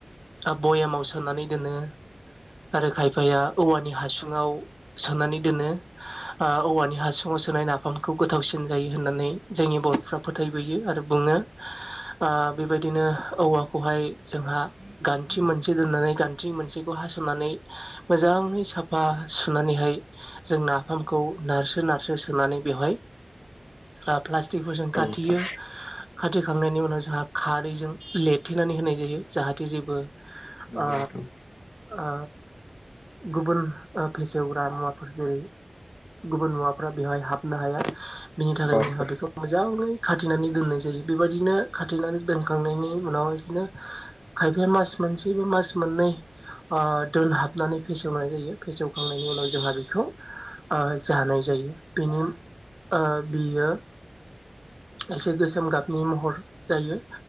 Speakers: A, on the right (about 30°); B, on the left (about 35°).
A: आ भयामाव सोनानै दोनो आरो खायफाया औवानि हासुङाव सोनानै दोनो आ औवानि हासुङाव सोनाय नाफामखौ गोथावसिन जायो होननानै जोंनि बरफ्रा फोथायबोयो आरो बुङो आ बेबायदिनो औवाखौहाय जोंहा गान्थि मोनसे दोननानै गान्थि मोनसेखौ हासनानै मोजाङै साफा सुनानैहाय जों नाफामखौ नारसो नारसो सोनानै बेवहाय आ फ्लास तिहुजों
B: नोंथां
A: खाथियो खाथेखांनायनि उनाव जोंहा खारैजों लिरथेनानै होनाय जायो जाहा थे जेबो
B: नंगौ
A: आ
B: नोंथां
A: आ गुबुन ओ फेसेवग्रा मुवाफोर जेरै गुबुन मुवाफ्रा बेवहाय हाबनो हाया बिनि थाखायनो
B: बारफोर
A: जोंहा बेखौ मोजाङै खाथेनानै दोननाय जायो बेबायदिनो खाथेनानै दोनखांनायनि उनाव इदिनो खायफाया मास मोनसेबा मास मोननै आ दोनहाबनानै फेसेवनाय जायो फेसेवखांनायनि उनाव जोंहा बेखौ आ जानाय जायो बिनि ओ बियो एसे गोसोम गाबनि महर जायो